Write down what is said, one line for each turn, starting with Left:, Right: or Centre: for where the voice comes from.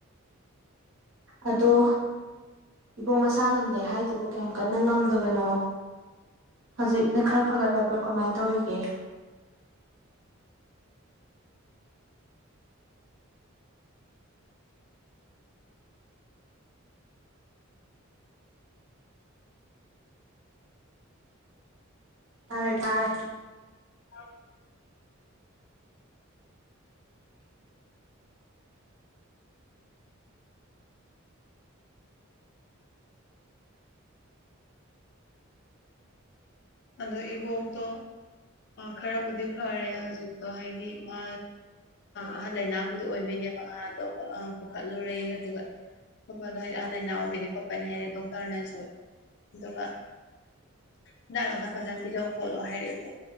Right: ꯑꯗꯣ ꯏꯕꯣꯛ ꯃꯁꯥ ꯉꯝꯗꯦ ꯍꯥꯏꯗꯨꯕꯨ ꯀꯌꯥꯝ ꯀꯟꯅ ꯉꯝꯗꯕꯅꯣ ꯍꯧꯖꯤꯛꯅ ꯈꯔ ꯐꯒꯠꯂꯕ꯭ꯔꯣ ꯀꯃꯥꯏꯅ ꯇꯧꯔꯤꯒꯦ ꯇꯥꯔꯦ ꯇꯥꯔꯦ
Left: ꯑ <inaudible> ꯑꯗꯨ ꯏꯕꯣꯛꯇꯣ ꯈꯔꯕꯨꯗꯤ ꯐꯔꯦ ꯍꯧꯖꯤꯛꯇꯣ ꯍꯥꯏꯗꯤ ꯃꯥ ꯑꯍꯜ ꯂꯥꯏꯅꯥꯕꯨꯗꯤ ꯑꯣꯏꯕꯩꯅꯦꯕ ꯉꯍꯥꯟꯗꯣ ꯄꯨꯈꯠꯂꯨꯔꯦ ꯑꯗꯨꯒ ꯈꯣꯠꯄꯗꯣꯗꯤ ꯑꯍꯜ ꯂꯥꯏꯅꯥ ꯑꯣꯏꯕꯅꯤ ꯈꯣꯠꯄꯅꯤ ꯍꯥꯏꯔꯛꯦ ꯗꯣꯛꯇꯔꯅꯁꯨ ꯑꯗꯨꯒ ꯍꯤꯗꯥꯛ ꯂꯥꯡꯊꯛ ꯐꯖꯅ ꯄꯤꯖꯧ ꯈꯣꯠꯂꯣ ꯍꯥꯏꯔꯛꯑꯦꯕ